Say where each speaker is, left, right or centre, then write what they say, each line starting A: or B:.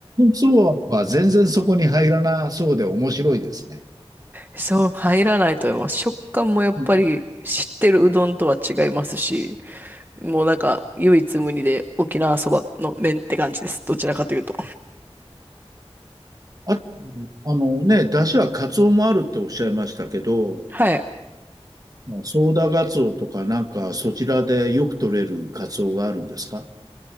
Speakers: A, on the right; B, on the right.
A: そうは全然そこに入らなそうで面白いですね。
B: そう、入らないと思います。食感もやっぱり知ってるうどんとは違いますし、
A: うん
B: もうなんか唯一無二で沖縄そばの麺って感じです。どちらかというと。
A: あと、あのね、出汁はカツオもあるっておっしゃいましたけど、
B: はい。
A: ソーダガツオとかなんかそちらでよく取れるカツオがあるんですか